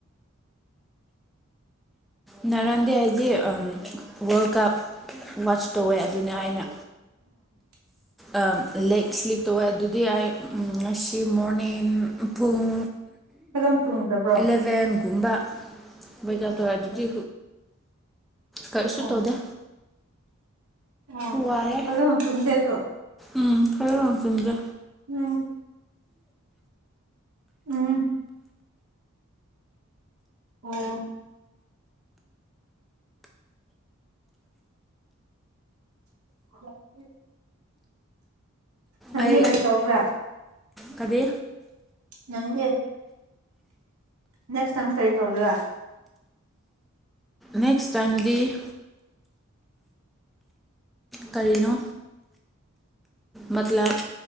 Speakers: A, in the centre; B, on the right.
A: ꯉꯥꯔꯡꯗꯤ ꯑꯩꯗꯤꯗꯤ ꯋꯥꯔꯜ ꯀꯞ ꯋꯥꯆ ꯇꯧꯋꯦ ꯑꯗꯨꯅꯦ ꯑꯩꯅ
B: <inaudible>
A: ꯑꯥ ꯂꯦꯛ ꯁ꯭ꯂꯤꯞ ꯇꯧꯋꯦ ꯑꯗꯨꯗꯤ ꯑꯩ ꯉꯁꯤ ꯃꯣꯔꯅꯤꯡ ꯄꯨꯡ
B: ꯀꯥꯔꯝ ꯇꯨꯝꯈꯕ꯭ꯔꯥ
A: ꯏꯂꯚꯦꯟꯒꯨꯝꯕ ꯑꯦꯛꯑꯥꯞ ꯇꯧꯔꯦ ꯑꯗꯨꯗꯤ ꯀꯔꯤꯁꯨ
B: ꯑꯣ
A: ꯇꯧꯗꯦ
B: ꯑꯣ
A: ꯋꯥꯔꯦ
B: ꯐꯖꯅ ꯇꯨꯝꯗꯦ ꯑꯗꯣ
A: ꯎꯝ ꯐꯖꯅ ꯌꯥꯝ ꯇꯨꯝꯗꯦ
B: ꯎꯝ ꯎꯝ ꯑꯣ ꯑ <inaudible> ꯅꯪꯗꯤ
A: ꯑꯩ
B: ꯀꯔꯤ ꯇꯧꯕ꯭ꯔꯥ
A: ꯀꯔꯤ
B: ꯅꯪꯗꯤ ꯅꯦꯁ ꯇꯝ ꯀꯔꯤ ꯇꯧꯒꯦꯔꯥ
A: ꯅꯦꯛꯁ ꯇꯥꯏꯝꯗꯤ ꯀꯔꯤꯅꯣ ꯃꯇꯥꯂꯞ